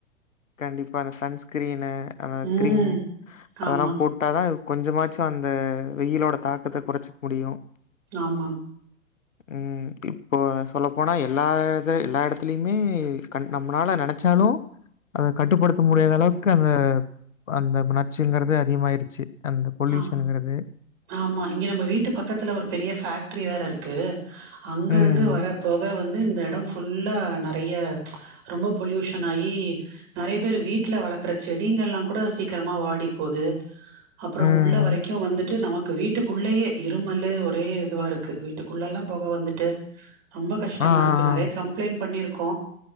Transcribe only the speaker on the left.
கண்டிப்பா அந்த சன்ஸ்கிரீனு அந்த
கிரீம் அதெல்லா
போட்டாதா கொஞ்சமாச்சு அந்த வெயிலோட தாக்கத்த கொறச்சிக்க முடியு
ம், இப்போ சொல்லப்போனா எல்லா எல்லா எடத்துலயுமே கண் நம்மனால நெனச்சாலு அத கட்டுப்படுத்த முடியாதளவுக்கு அந்த அந்த நச்சுங்கறது அதிகமாயிருச்சு அந்த பொல்யூஷன்ங்கறது
ம்,
ம்.
ஆ, ஆ,
ஆ.